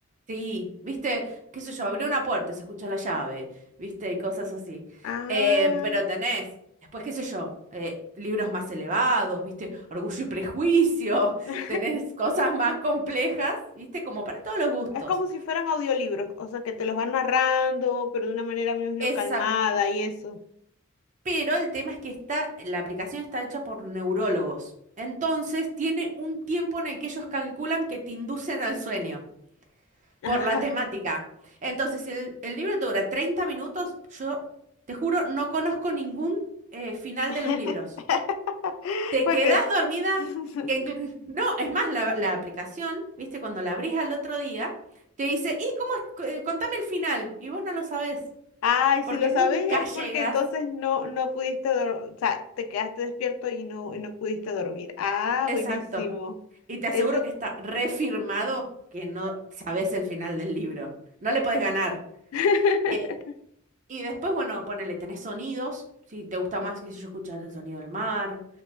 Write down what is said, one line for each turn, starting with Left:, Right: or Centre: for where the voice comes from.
Right: Sí, viste, qué sé yo, abrí una puerta, se escucha la llave, viste, y cosas así.
Left: Ah.
Right: Eh, pero tenés, después qué sé yo, eh, libros más elevados, viste, Orgullo y Prejuicio, <laughs>
Left: <laughs>
Right: tenés cosas más complejas, viste, como para todos los gustos.
Left: Es como si fueran audiolibros, o sea, que te los van narrando, pero de una manera, me imagino,
Right: Exacto.
Left: calmada y eso.
Right: Pero el tema es que está, la aplicación está hecha por neurólogos. Entonces tiene un tiempo en el que ellos calculan que te inducen al sueño
Left: Ajá.
Right: por la temática. Entonces el, el libro te dura 30 minutos. Yo te juro, no conozco ningún eh, final
Left: <laughs>
Right: de los libros. Te
Left: Porque,
Right: quedás dormida.
Left: <laughs>
Right: en cl- <laughs> No, es más, la, la aplicación, viste, cuando la abrís al otro día, te dice, ¿y cómo es? Eh, Contame el final. Y vos no lo sabés,
Left: ay,
Right: porque
Left: si lo sabéis
Right: nunca
Left: es
Right: llegas.
Left: porque entonces no, no pudiste dormir, o sea, te quedaste despierto y no, y no pudiste dormir. Ah,
Right: Exacto.
Left: buenísimo.
Right: Y te aseguro
Left: Eso,
Right: que está refirmado que no sabes el final del libro. No le podés ganar.
Left: <laughs>
Right: Eh, y después, bueno, ponele, tenés sonidos. Si te gusta más, qué sé yo, escuchar el sonido del mar,